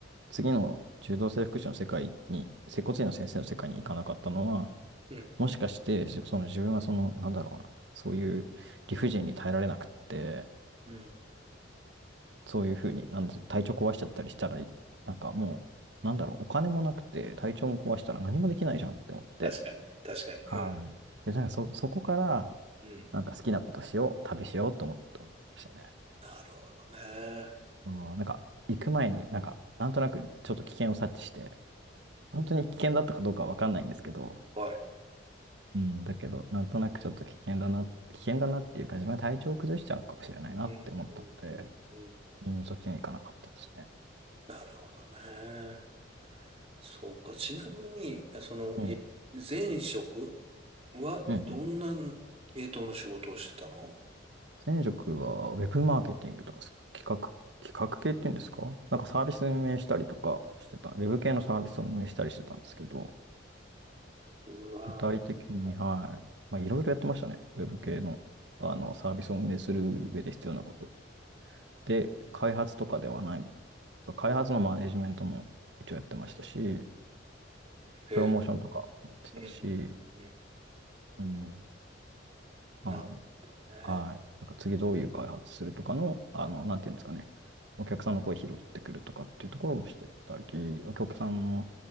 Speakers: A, on the right; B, on the right.
A: 次の柔道整復師の世界に、接骨院の先生の世界に行かなかったのは、
B: うん。
A: もしかして、その自分はその、なんだろうな、そういう理不尽に耐えられなくって、
B: うん。
A: そういうふうに、なんで体調壊しちゃったりしたら、なんかもう、なんだろう、お金もなくて、体調も壊したら何もできないじゃんって思って、
B: 確かに。確かに。
A: はい。
B: うん。
A: で、なんかそ、そこから、
B: うん。
A: なんか好きなことしよう、旅しようと思ってましたね。
B: なるほどね。
A: うんなんか、行く前に、なんか、なんとなくちょっと危険を察知して、本当に危険だったかどうかはわかんないんですけど、
B: はい。
A: うん、だけど、なんとなくちょっと危険だな、危険だなっていうか、自分が体調を崩しちゃうのかもしれないなって思ったので、
B: うん。うん。うんうん
A: うん、そっちに行かなかったですね。
B: なるほどね。そうか。ちなみに、その、
A: うん。
B: い前職はどんな
A: うんうん
B: 系統の仕事をしてたの
A: 前職はウェブマーケティングとかす企画、企画系っていうんですかなんかサービス運営したりとかしてた、ウェブ系のサービスを運営したりしてたんですけど、
B: うわー、
A: 具体的に、
B: なんか、
A: はい、まあ、いろいろやってましたね。ウェブ系の、あのサービスを運営する上で必要なこと。で、開発とかではない、開発のマネジメントも一応やってましたし、
B: うん。えー、
A: プロモーションとかもやってたし、
B: うん、うん、うん。うん
A: うん、あの
B: なるほどね。
A: はい。なんか次どういう開発するとかの、あの、なんていうんですかね。お客さんの声拾ってくるとかっていうところもしてたり、お客さんの